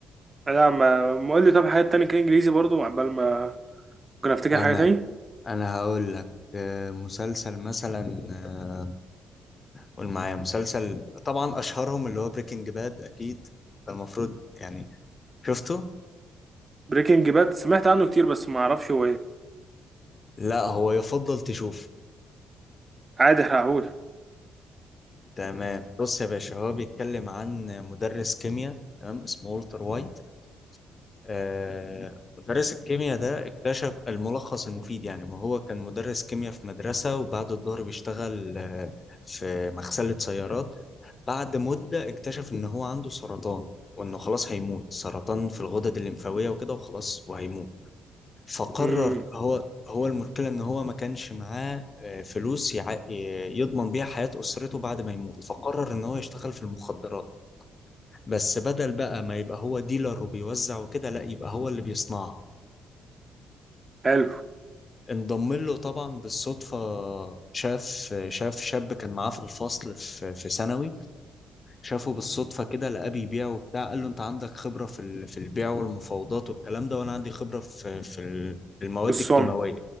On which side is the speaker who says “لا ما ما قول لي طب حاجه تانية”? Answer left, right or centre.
Right